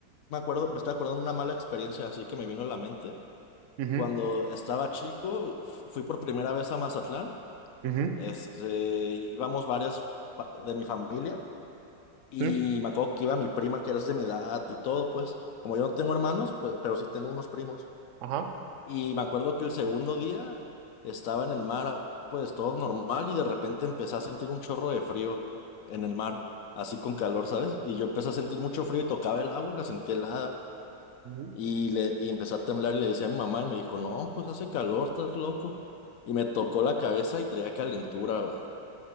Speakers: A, on the left (about 70°); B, on the right (about 65°).
A: Me acuerdo, me estoy acordando de una mala experiencia así que me vino a la mente.
B: ujú,
A: Cuando estaba chico, fu- fui por primera vez a Mazatlán.
B: ujú,
A: Este, íbamos varias pa- de mi familia y
B: sí,
A: me acuerdo que iba mi prima, que era de mi edad y todo, pues. Como yo no tengo hermanos, pues, pero sí tengo unos primos.
B: ajá.
A: Y me acuerdo que el segundo día estaba en el mar, ah, pues todo normal y de repente empecé a sentir un chorro de frío en el mar, así con calor, ¿sabes? Y yo empecé a sentir mucho frío y tocaba el agua y la sentí helada.
B: ujú.
A: Y, le, y empezó a temblar y le decía a mi mamá y me dijo, no, pues hace calor, estás loco. Y me tocó la cabeza y traía calentura. va.